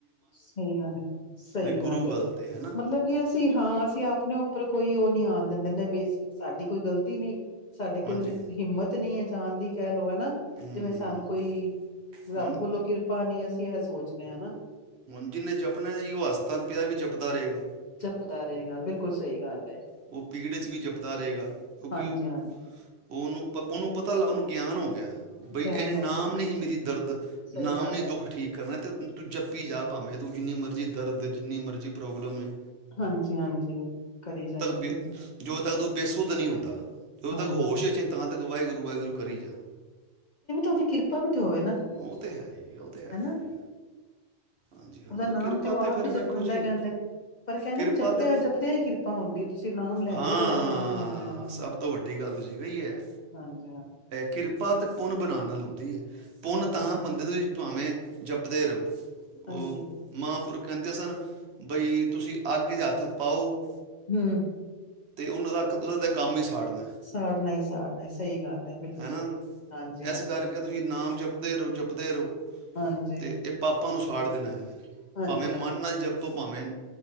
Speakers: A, on the left; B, on the right.
A: ਸਹੀ ਗੱਲ ਸਹੀ
B: ਬਈ
A: ਗੱਲ
B: ਗੁਰੂ
A: ਹੈ
B: ਗਲਤ ਹੈਨਾ
A: ਮਤਲਬ ਕਿ ਅਸੀਂ ਹਾਂ ਅਸੀਂ ਆਪਣੇ ਉੱਪਰ ਕੋਈ ਉਹ ਨਹੀਂ ਆਉਣ ਦਿੰਦੇ ਜਿੰਨੇ ਵੀ ਸਾਡੀ ਕੋਈ ਗ਼ਲਤੀ ਨਹੀਂ ਸਾਡੇ ਕੋਲ
B: ਹਾਂਜੀ ਹੂੰ
A: ਹਿੰਮਤ ਨਹੀਂ ਹੈ ਦੀ ਕਹਿ ਹੈ ਨਾ
B: ਹੂੰ
A: ਜਿਵੇਂ ਸਾਨੂੰ ਕੋਈ
B: ਹੁਣ
A: ਰੱਬ ਬੋਲੋ ਕਿਰਪਾ ਨੀ ਅਸੀਂ ਸੋਚਣੇ ਹਨਾ
B: ਜਿਹਨੇ ਜਪਣਾ ਜੀ ਉਹ ਹਸਪਤਾਲ ਪਿਆ ਵੀ ਜਪਦਾ ਰਹੇਗਾ
A: ਪਤਾ ਰਹੇਗਾ ਬਿਲਕੁਲ ਸਹੀ ਗੱਲ ਹੈ।
B: ਉਹ ਪੀੜ 'ਚ ਵੀ ਜਪਦਾ ਰਹੇਗਾ ਉਹਨੂੰ
A: ਹਾਂਜੀ-ਹਾਂਜੀ
B: ਪ ਉਹਨੂੰ ਪਤਾ ਲੱ ਉਹਨੂੰ ਗਿਆਨ ਹੋ ਗਿਆ ਬਈ
A: ਗਿਆਨ
B: ਇਹਨੇ ਨਾਮ
A: ਹੋਗਾ
B: ਨਹੀਂ ਹੀ ਮੇਰੀ ਦਰਦ
A: ਸਹੀ
B: ਨਾਮ
A: ਗੱਲ
B: ਨੇ ਹੀ ਦੁੱਖ
A: ਏ।
B: ਠੀਕ ਕਰਨਾ ਅਤੇ ਤੂੰ ਜੱਪੀ ਜਾ ਭਾਵੇਂ ਤੂੰ ਜਿੰਨੀ ਮਰਜ਼ੀ ਦਰਦ ਜਿੰਨੀ ਮਰਜ਼ੀ ਪ੍ਰੋਬਲਮ ਹੈ
A: ਹਾਂਜੀ ਹਾਂਜੀ ਕਰੀ ਜਾ ਕਰੀ
B: ਵੀ
A: ਜਾ
B: ਜੋ ਤਾਂ ਕਦੋਂ <unintelligible> ਤਾਂ ਨਹੀ ਹੁੰਦਾ ਜਦੋਂ
A: ਹਾਂਜੀ
B: ਤੱਕ ਹੋਸ਼ ਹੈ ਤਾਂ ਤੱਕ ਵਾਹਿਗੁਰੂ
A: <unintelligible>
B: ਵਾਹਿਗੁਰੂ ਕਰੀ ਜਾ
A: ਉਹਦੀ ਕਿਰਪਾ ਵੀ ਤੇ ਹੋਵੇ ਨਾ
B: ਉਹ ਤੇ ਹੈ ਹੀ ਹੈ, ਉਹ ਤੇ ਹੈ
A: ਹਨਾ
B: ਹੀ ਹੈ। ਹਾਂਜੀ ਹਾਂਜੀ
A: ਉਹਦਾ ਨਾਮ
B: ਕਿਰਪਾ
A: ਤੇ ਉਹ ਆਪ
B: ਫਿਰ
A: ਹੀ
B: ਵੇਖੋ
A: ਜਪਾਂਉਂਦਾ
B: ਜੀ
A: ਕਹਿੰਦਾ ਪਰ ਕਹਿੰਦੇ
B: ਕਿਰਪਾ
A: ਜਪਦਿਆਂ
B: ਤੇ
A: ਜਪਦਿਆਂ ਹੀ ਕਿਰਪਾ ਹੁੰਦੀ ਤੁਸੀਂ ਨਾਮ ਲੈਂਦੇ
B: ਹਾਂ
A: ਰਹੋਗੇ ਤਾਂ ਹੀ ਹੋਏਗਾ
B: ਸਭ ਤੋਂ ਵੱਡੀ ਗੱਲ ਤੁਸੀਂ ਕਹੀ ਹੈ
A: ਹਾਂਜੀ ਹਾਂ
B: ਕਿਰਪਾ ਅਤੇ ਪੁੰਨ ਬਣਾਉਣ ਨਾਲ ਆਉਂਦੀ ਹੈ ਪੁੰਨ
A: ਹਾਂਜੀ
B: ਤਾਂ ਬੰਦੇ ਤੁਸੀਂ ਭਾਵੇਂ ਜਪਦੇ ਰਹੋ ਉਹ
A: ਹਾਂਜੀ
B: ਮਾਂਪੁਰ ਕਹਿੰਦੇ ਸਨ ਬਈ ਤੁਸੀਂ ਅੱਗ ਚ ਹੱਥ ਪਾਓ
A: ਹਮ
B: ਤੇ ਉਹਨਾਂ ਦਾ ਦਾ ਕੰਮ ਹੀ ਸਾੜਨਾ
A: ਸਾੜਨਾ ਹੀ ਸਾੜਨਾ ਸਹੀ ਗੱਲ ਹੈ ਬਿਲਕੁਲ
B: ਹਨਾ
A: ਸਹੀ ਗੱਲ ਹਾਂਜੀ-ਹਾਂਜੀ
B: ਇਸ ਕਰਕੇ ਤੁਸੀਂ ਨਾਮ ਜਪਦੇ ਰਹੋ ਜਪਦੇ ਰਹੋ
A: ਹਾਂਜੀ
B: ਤੇ ਇਹ ਪਾਪਾ ਨੂੰ ਸਾੜ ਦੇਣਾ ਇਹਨੇ
A: ਹਾਂਜੀ-ਹਾਂਜੀ
B: ਭਾਵੇਂ ਮਨ ਨਾਲ ਜਪ ਭਾਵੇਂ